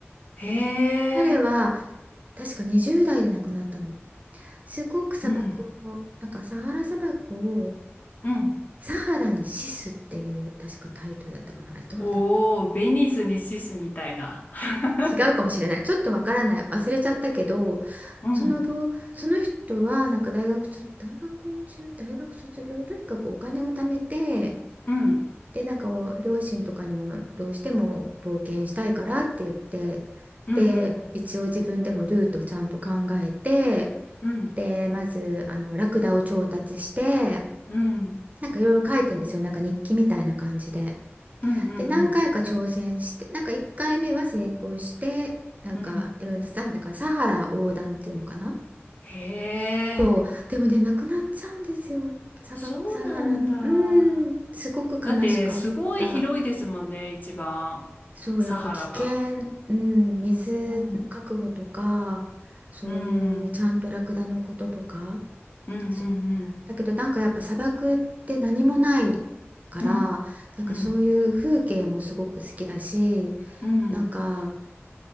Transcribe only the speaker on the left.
へ
え。
うん。うん。
おお、ベニスにシスみたいな。<laughs>
うん。
うん。
うんうん。
うん。
うん。
うん。うんうんうん。
うん。へえ、
そうなんだ。
だって、すごい広いですもんね、一番。
サハラが。うん。うん。うんうんうん。
うん。うん。うん。